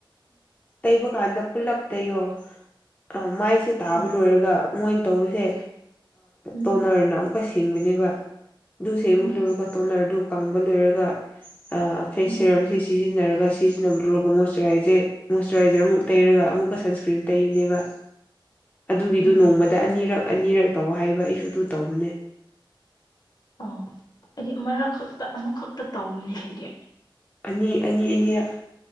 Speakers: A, on the left; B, on the left.
A: ꯇꯩꯕ ꯀꯥꯟꯗ ꯄꯨꯂꯞ ꯇꯩꯌꯣ ꯑ ꯃꯥꯏꯁꯦ ꯇꯥꯕ
B: ꯑꯥ
A: ꯂꯣꯏꯔꯒ ꯃꯣꯏꯅ ꯇꯧꯕꯁꯦ
B: ꯎꯝ
A: ꯇꯣꯅꯔꯅ ꯑꯃꯨꯛꯀ ꯁꯤꯡꯕꯅꯦꯕ ꯑꯗꯨ ꯁꯦꯡꯕ
B: ꯎꯝ
A: ꯂꯣꯏꯔꯒ ꯇꯣꯂꯔꯗꯨ ꯀꯪꯕ ꯂꯣꯏꯔꯒ ꯐꯦꯁ
B: ꯎꯝ
A: ꯁꯤꯔꯝꯁꯤ ꯁꯤꯖꯤꯟꯅꯔꯒ ꯁꯤꯖꯤꯟꯅꯕ ꯂꯨꯔꯒ ꯃꯣꯏꯆꯔꯥꯏꯖꯦ ꯃꯣꯏꯆꯔꯥꯏꯖꯔꯃꯨꯛ ꯇꯩꯔꯒ ꯑꯃꯨꯛꯀ ꯁꯟꯁꯀ꯭ꯔꯤꯟ ꯇꯩꯔꯤꯅꯦꯕ ꯑꯗꯨꯒꯤꯗꯨ
B: ꯎꯝ
A: ꯅꯣꯡꯃ ꯗ ꯑꯅꯤꯔꯛ ꯑꯅꯤꯔꯛ ꯇꯧꯕ ꯍꯥꯏꯕ ꯑꯩꯁꯨ ꯑꯗꯨ ꯇꯧꯕꯅꯦ
B: ꯑꯣ ꯑꯩꯗꯤ ꯑꯃꯛ ꯈꯛꯇ ꯑꯃꯈꯛꯇ ꯇꯧꯕꯅꯦ ꯑꯩꯗꯤ
A: ꯑꯅꯤ ꯑꯅꯤ ꯑꯅꯤꯔꯛ